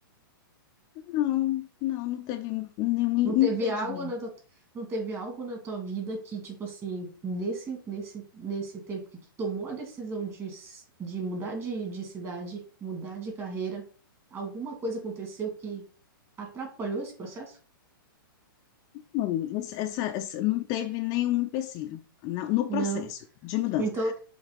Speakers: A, on the left; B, on the right.
A: Não, não, não teve nenhum impedimento.
B: Não teve algo na tua, não teve algo na tua vida que, tipo assim, nesse, nesse, nesse tempo que tu tomou a decisão de, s- de mudar de, de cidade, mudar de carreira, alguma coisa aconteceu que atrapalhou esse processo?
A: Não, essa, essa- essa- não teve nenhum empecilho na- no
B: Não.
A: processo de mudança.
B: Então,